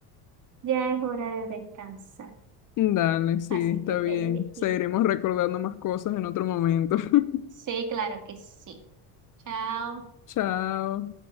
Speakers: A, on the right (about 45°); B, on the left (about 45°).
A: ya es hora de descansar.
B: Dale, sí,
A: Así
B: está
A: que te
B: bien.
A: dejo.
B: Seguiremos recordando más cosas en otro momento. <laughs>
A: Sí, claro que sí. Chao.
B: Chao.